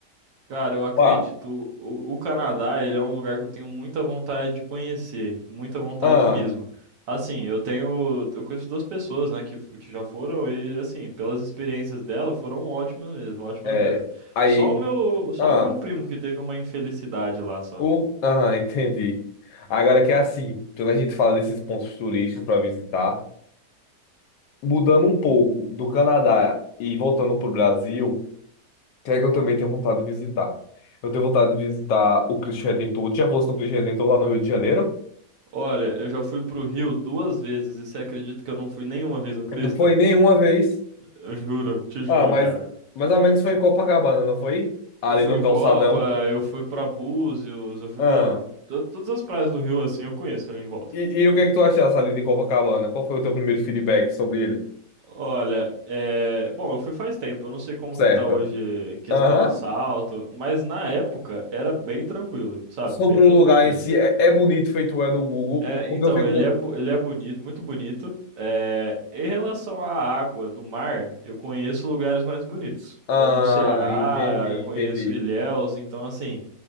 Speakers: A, on the right; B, on the left.
A: Cara, eu acredito.
B: Ó,
A: O, o Canadá, ele é um lugar que eu tenho muita vontade de conhecer, muita vontade
B: ah,
A: mesmo. Assim, eu tenho, eu conheço duas pessoas, né, que, que já foram e assim, pelas experiências dela, foram ótimas mesmo, ótimas
B: é,
A: mesmo.
B: aí,
A: Só o meu, só
B: ah,
A: o meu primo que teve uma infelicidade lá só.
B: o, ah, <laughs> entendi. Agora que é assim, quando a gente fala desses pontos turísticos para visitar, mudando um pouco do Canadá e voltando para o Brasil. Que é que eu também tenho vontade de visitar. Eu tenho vontade de visitar o Cristo Redentor. Tu já fosse no Cristo Redentor lá no Rio de Janeiro?
A: Olha, eu já fui pro Rio duas vezes e você acredita que eu não fui nenhuma vez no Crista,
B: Não foi nenhuma vez.
A: Eu juro, te juro,
B: Ah, mas
A: cara.
B: mais ou menos foi em Copacabana, não foi? Ali
A: Eu fui
B: no
A: em
B: calçadão.
A: Copa, eu fui pra Búzios, eu fui
B: Ah.
A: pra to- todas as praias do Rio assim, eu conheço ali em volta.
B: E, e o que é que tu achaste ali de Copacabana? Qual foi o teu primeiro feedback sobre ele?
A: Olha, é... bom, eu fui faz tempo, eu não sei como
B: Certo.
A: que tá hoje em questão
B: Aham.
A: assalto, mas na época era bem tranquilo, sabe?
B: Sobre
A: Bem tranquilo
B: o lugar
A: mesmo.
B: em si, é, é bonito feito é do Google,
A: É,
B: porque
A: então,
B: eu fico.
A: ele é, bo- ele é bonito, muito bonito. É, em relação à água do mar, eu conheço lugares mais bonitos,
B: Ah,
A: como no Ceará,
B: entendi,
A: eu conheço
B: entendi.
A: Ilhéus, então assim,